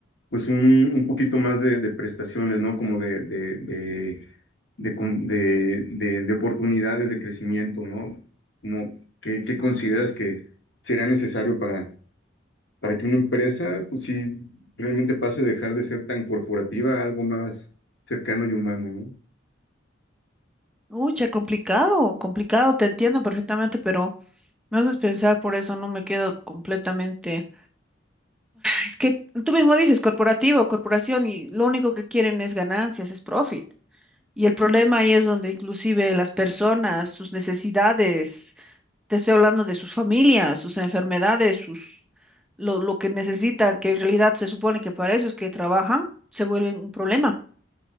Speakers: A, on the left (about 65°); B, in the centre.
A: pues un, un poquito más de, de prestaciones, ¿no? Como de, de, de, de, con- de, de- de oportunidades de crecimiento, ¿no? Como, ¿qué, qué consideras que será necesario para, para que una empresa pues sí realmente pase a dejar de ser tan corporativa a algo más cercano y humano, ¿no?
B: Uy, ya complicado, complicado, te entiendo perfectamente, pero me haces pensar, por eso no me quedo completamente. Es que tú mismo dices corporativo, corporación, y lo único que quieren es ganancias, es profit. Y el problema ahí es donde inclusive las personas, sus necesidades, te estoy hablando de sus familias, sus enfermedades, sus lo, lo que necesitan, que en realidad se supone que para eso es que trabajan, se vuelven un problema.